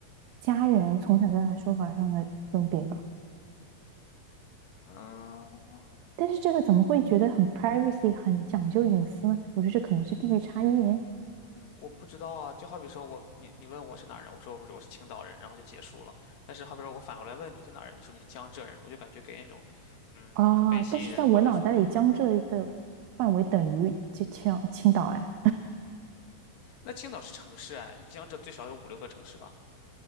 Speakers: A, on the right; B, on the left.
A: 家人从小到大说法上的分别吧。
B: 嗯，
A: 但是这个怎么会觉得很 privacy，很讲究隐私呢？我觉得这可能是地域差异。
B: 我不知道啊，就好比说我，你你问我是哪人，我说我是我是青岛人，然后就结束了。但是好比说我反过来问你是哪人，你说你是江浙人，我就感觉给人一种，嗯，
A: 啊，
B: 不被信任，
A: 但是在我脑袋里，
B: 或者说，
A: 江浙的范围等于就青青岛哎，
B: 那青岛是城市哎，你江浙最少有五六个城市吧？